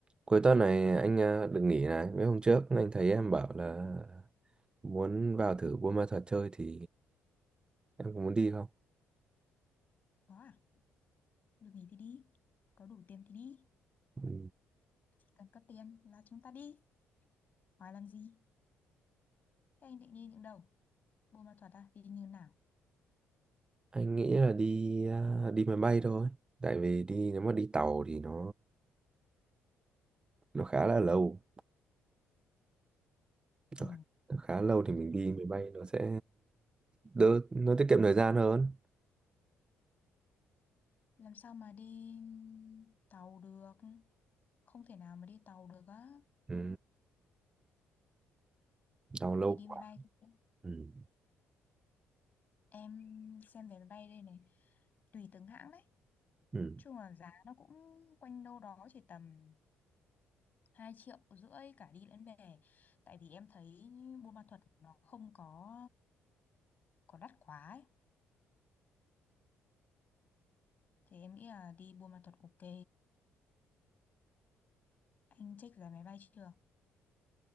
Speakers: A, on the right; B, on the left.
A: Cuối tuần này anh à, được nghỉ này. Mấy hôm trước anh thấy em bảo là muốn vào thử Buôn Ma Thuột chơi thì em có muốn đi không?
B: Có à? Được nghỉ thì đi. Có đủ tiền thì đi.
A: Ừ.
B: Chỉ cần có tiền là chúng ta đi. Hỏi làm gì? Thế anh định đi những đâu? Buôn Ma Thuột à? Đi như nào?
A: Anh nghĩ là đi à, đi máy bay thôi. Tại vì đi nếu mà đi tàu thì nó nó khá là lâu.
B: Ừ.
A: Nó, khá- nó khá lâu thì mình đi
B: Làm
A: máy
B: sao
A: bay
B: mà
A: nó sẽ đỡ nó tiết kiệm thời gian hơn.
B: làm sao mà đi tàu được? Không thể nào mà đi tàu được á.
A: Ừ. Tàu lâu
B: Thì đi
A: quá.
B: máy bay thôi.
A: Ừ.
B: Em xem vé máy bay đây này. Tùy từng hãng đấy.
A: Ừ.
B: Chung là giá nó cũng quanh đâu đó chỉ tầm 2 triệu rưỡi cả đi lẫn về. Tại vì em thấy Buôn Ma Thuột nó không có có đắt quá ấy. Thì em nghĩ là đi Buôn Ma Thuột ok. Anh check giá máy bay chưa?